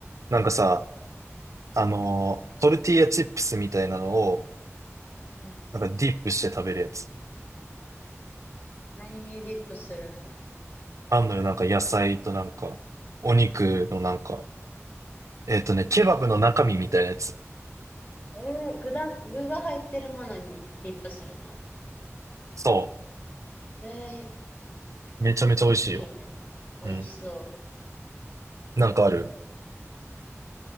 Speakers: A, on the right; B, on the left.
A: なんかさ、
B: うん
A: あのートルティーヤチップスみたいなのを、
B: うん。
A: なんかディップして食べるやつ。
B: 何にリップするの
A: あんのよ、なんか野菜となんか、お肉のなんか、えっとね、ケバブの中身みたいなやつ。
B: えー、具だ、具が入ってるものにリップするの
A: そ
B: えー、
A: う。めちゃめちゃ美味しいよ。
B: いいね。美味しそ
A: うん。なんかある